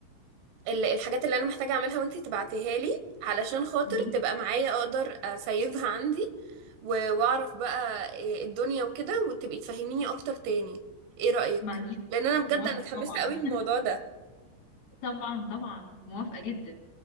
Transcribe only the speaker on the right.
الحاجات اللي انا محتاجه اعملها وانتي تبعتيها لي علشان خاطر
تبقى معايا اقدر اسيفها عندي و- واعرف بقى آه، الدنيا وكده وتبقي تفهميني اكتر تاني ايه رايك
لان انا بجد
انا اتحمست
قوي للموضوع ده